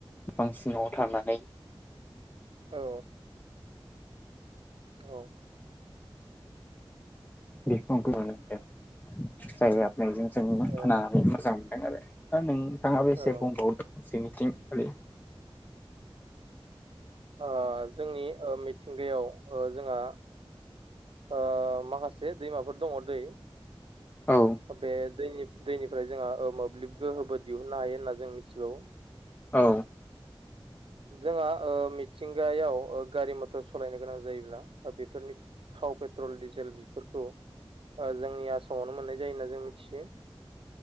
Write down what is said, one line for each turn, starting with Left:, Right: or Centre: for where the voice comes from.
Left: बांसिनाव थानानै।
Right: औ। औ।
Left: बेखौ आंखौ नुनो मोनदों जाय आबनायजों जों
Right: औ
Left: खोनानानै मोजां मोनदों आरो। दा नोंथाङाबो
Right: औ
Left: एसे बुंबावदो।
Right: औ
Left: जोंनिथिं खालि
Right: ओ जोंनि ओ मिथिंगायाव ओ जोंहा ओ माखासे दैमाफोर दङ दै
Left: औ
Right: बे दैनि दैनिफ्राय जोंहा मोब्लिब गोहोबो दिहुननो हायो होनना जों मिथिबावो।
Left: औ।
Right: जोङो ओ मिथिंगायाव गारि मटर सालायनो गोनां जायोब्ला बेफोरनि थाव पेट्रल डिजेल बेफोरखौ ओ जोंनि आसामावनो मोनो। जायो होनना जों मिथियो।